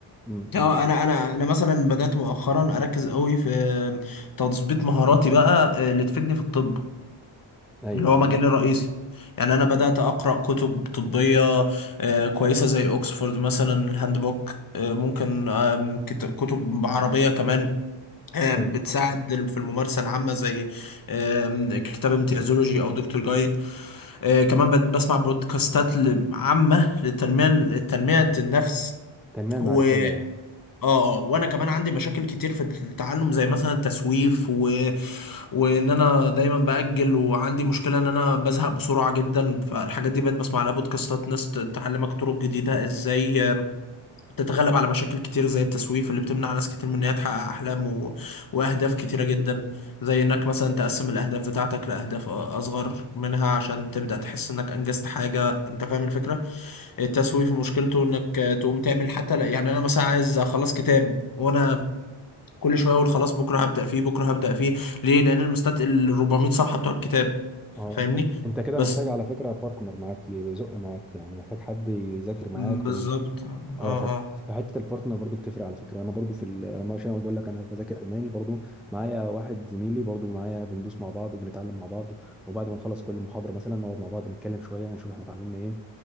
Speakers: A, in the centre; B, on the left (about 45°).
A: امم أمم،
B: اه
A: صح
B: انا انا انا مثلا بدات مؤخرا اركز قوي في تظبيط مهاراتي بقى آه، اللي تفيدني في الطب
A: ايوه
B: اللي هو مجالي الرئيسي يعني انا بدات اقرا كتب طبيه آه، كويسه زي اوكسفورد مثلا الهاند بوك آه، ممكن آم، كت- كتب عربيه كمان آه،
A: آه،
B: بتساعد
A: ايوه
B: في الممارسه العامه زي آم، كتاب امتيازولوجي او دكتور جايد آه، كمان بت- بسمع بودكاستات ل- عامه للتنميه لتنميه النفس
A: تنميه معرفيه
B: و اه اه وانا كمان عندي مشاكل كتير في التعلم زي مثلا التسويف وان انا دايما باجل وعندي مشكله ان انا بزهق بسرعه جدا فالحاجات دي بقيت بسمع لها بودكاستات ناس ت- تعلمك طرق جديده ازاي آه، تتغلب على مشاكل كتير زي التسويف اللي بتمنع ناس كتير من ان هي تحقق احلام و... واهداف كتيره جدا زي انك مثلا تقسم الاهداف بتاعتك لاهداف أ- اصغر منها عشان تبدا تحس انك انجزت حاجه انت فاهم الفكره التسويف مشكلته انك آه، تقوم تعمل حتى لا- يعني انا مثلا عايز اخلص كتاب وانا كل شويه اقول خلاص بكره هبدا فيه بكره هبدا فيه ليه لان المستت ال 400 صفحه بتوع الكتاب
A: اه
B: فاهمني
A: من- انت كده
B: بس
A: محتاج على فكره بارتنر معاك يزق معاك يعني محتاج حد يذاكر معاك
B: م، بالظبط
A: وي...
B: اه
A: اه
B: اه
A: ف... فحته البارتنر برضو بتفرق على فكره انا برضو في ال- ما عشان أنا بقول لك انا بذاكر الماني برضو معايا واحد زميلي برضو معايا بندوس مع بعض وبنتعلم مع بعض وبعد ما نخلص كل محاضره مثلا نقعد مع بعض نتكلم شويه نشوف احنا اتعلمنا ايه